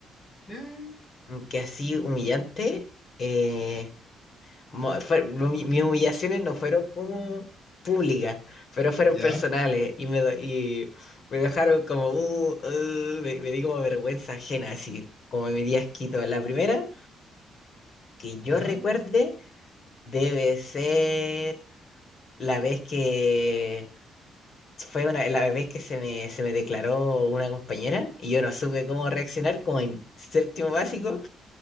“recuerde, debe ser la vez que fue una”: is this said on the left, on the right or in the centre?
Left